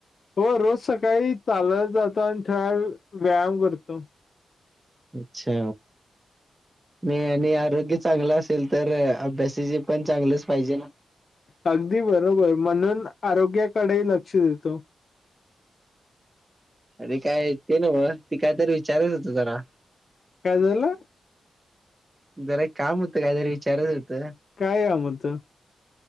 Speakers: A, on the left; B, on the right.
A: हो रोज सकाळी चालत जातो आणि थोडा वेळ व्यायाम करतो
B: अच्छा नाही आणि आरोग्य चांगलं असते. आरोग्य असेल तर अभ्यासाचे पण पाहिजे ना.
A: अगदी बरोबर म्हणून आरोग्याकडेही लक्ष देतो.
B: अरे काय ते नव्हं ते काय तरी विचारायचं होतं जरा
A: काय झाल?
B: जरा एक काम होत काहीतरी विचारच होत.
A: काय काम होत.